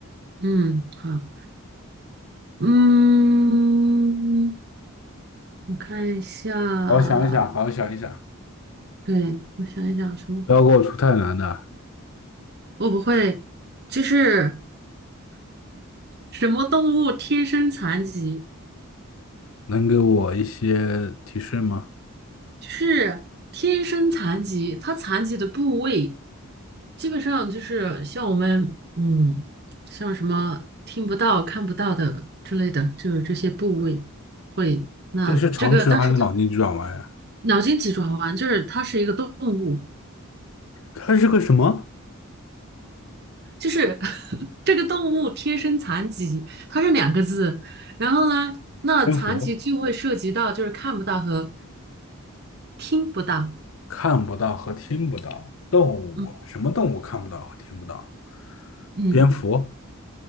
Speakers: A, on the right; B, on the left.
A: 嗯，好，嗯，我看一下，
B: 好好想一想，好好想一想，
A: 对，我想一想什么动物，
B: 不要给我出太难的，
A: 我不会，就是什么动物天生残疾。
B: 能给我一些提示吗？
A: 就是天生残疾，它残疾的部位基本上就是像我们，嗯，像什么听不到、看不到的之类的，就是这些部位会。那这个，
B: 这是常识还是脑筋急转弯呀？
A: 但是它脑筋急转弯就是它是一个动物，
B: 它是个什么？
A: 就是 <laughs> 这个动物天生残疾，它是两个字。然后呢，那残疾就会涉及到就是看不到和
B: 蝙蝠
A: 听不到。
B: 看不到和听不到，动物什么动物看不到和听不到？
A: 嗯嗯
B: 蝙蝠。